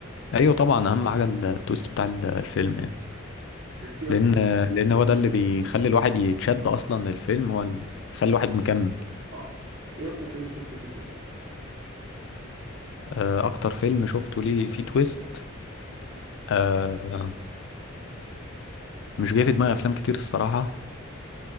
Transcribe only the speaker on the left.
ايوه طبعا اهم حاجة التويست بتاع ال- الفيلم يعني
لان لان هو ده اللي بيخلي الواحد يتشد اصلا للفيلم هو اللي يخلي الواحد مكمل
آه، اكتر فيلم شفته ليه فيه تويست آه، مش جاي في دماغي افلام كتير الصراحة